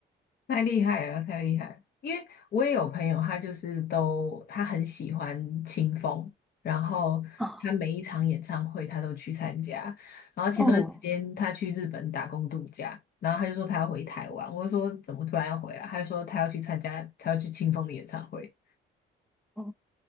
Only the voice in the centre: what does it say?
啊，
哦
哦，